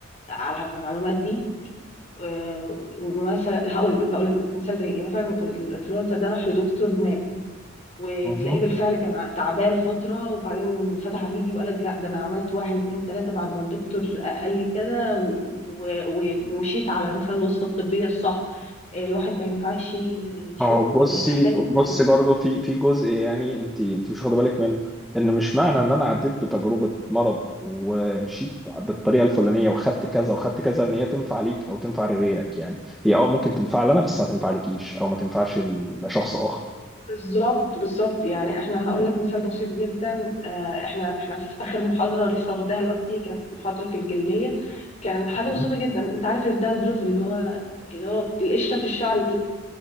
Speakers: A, on the left; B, in the centre.
A: على المعلومات دي آه، ومثلا هقول لك هقول لك مثال زي ايه مثلا الانفلونسر ده راح لدكتور ما وتلاقيه
B: مهم.
A: بالفعل كان ع- تعبان فترة وبعدين فتح فيديو قالك لا ده انا عملت واحد اتنين تلاتة بعد ما الدكتور قال لي كده و- و- ومشيت على مثلا الوصفة الطبية الصح الواحد ما ينفعش يشوف
B: اهو بصي
A: هتلاقي
B: بصي
A: د-
B: برضو في في جزء يعني انت انت مش واخده بالك منه ان مش معنى ان انا عديت بتجربه مرض ومشيت بالطريقه الفلانيه وخدت كذا وخدت كذا ان هي تنفع ليك او تنفع لغيرك يعني هي اه ممكن تنفع لنا بس ما تنفع ليكيش او ما تنفعش لشخص اخر
A: بالظبط بالظبط يعني احنا هقول لك مثال بسيط جدا آه، احنا احنا في اخر محاضرة لسه واخداها دلوقتي كانت محاضرة الجلدية كان حاجة
B: مهم.
A: بسيطة جدا انت عارف الداندروف اللي هو اللي هو القشرة في الشعر دي